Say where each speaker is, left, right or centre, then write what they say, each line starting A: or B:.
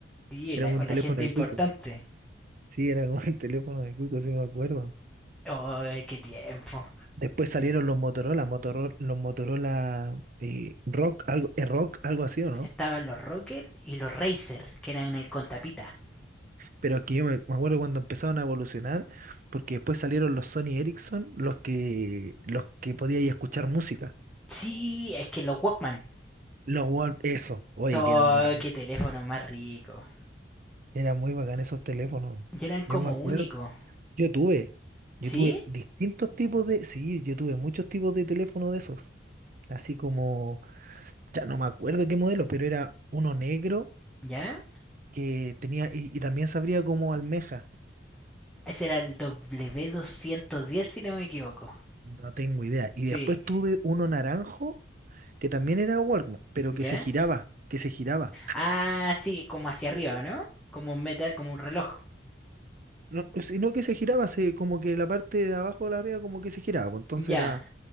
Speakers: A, in the centre; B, on the right.
A: sí,
B: Era
A: la,
B: un
A: o la
B: teléfono
A: gente importante.
B: de cuico. Sí, era como el <laughs> teléfono de cuico, sí me acuerdo.
A: Oh, qué tiempo.
B: Después salieron los Motorola, Motorola, los Motorola eh, Rock, algo, eh, Rock, algo así, ¿o no?
A: Estaban los Rocker y los Razer, que eran el con tapita.
B: Pero aquí yo me, me acuerdo cuando empezaron a evolucionar, porque después salieron los Sony Ericsson, los que, los que podíais escuchar música.
A: Sí, es que los Walkman.
B: Los Wal- eso, oye,
A: Oh,
B: que eran bacanes.
A: qué teléfono más rico.
B: Eran muy bacán esos teléfonos.
A: Y eran como
B: Yo me acuerdo,
A: únicos.
B: yo tuve, yo
A: ¿Sí?
B: tuve distintos tipos de, sí, yo tuve muchos tipos de teléfonos de esos. Así como, ya no me acuerdo qué modelo, pero era uno negro
A: ¿Ya?
B: que tenía, y, y también sabría como almeja,
A: Ese era el W210, si no me equivoco.
B: no tengo idea. Y
A: Sí,
B: después tuve uno naranjo, que también era Walkman, pero que
A: ¿ya?
B: se giraba, que se giraba.
A: Ah, sí, como hacia arriba, ¿no? Como un meta, como un reloj.
B: No, sino que se giraba, se, como que la parte de abajo de la arriba como que se giraba, pues, entonces
A: Ya.
B: era,